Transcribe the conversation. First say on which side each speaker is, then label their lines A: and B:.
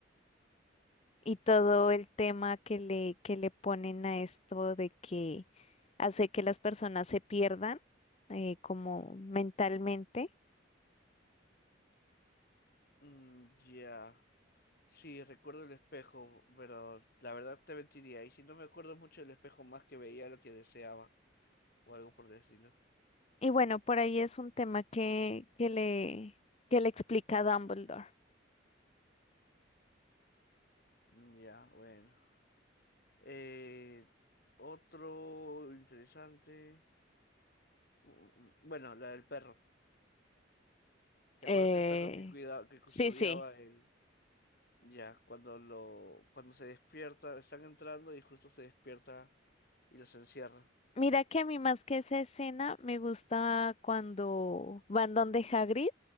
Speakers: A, on the left; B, on the left.
A: y todo
B: Mm,
A: el tema que le, que le ponen a esto de que hace que las personas se pierdan eh, como mentalmente.
B: mm, ya. Sí, recuerdo el espejo, pero la verdad te mentiría. Y si no me acuerdo mucho del espejo, más que veía lo que deseaba o algo por decirlo.
A: Y bueno, por ahí es un tema que, que le, que le explica Dumbledore.
B: Mm, ya, bueno. Eh, otro interesante. Mm, mm, Bueno, la del perro. ¿Te
A: Eh,
B: acuerdas del perro que cuidaba, que custodiaba
A: sí, sí.
B: el, Ya, cuando lo, cuando se despierta, están entrando y justo se despierta y los encierra.
A: Mira que a mí más que esa escena me gusta cuando van donde Hagrid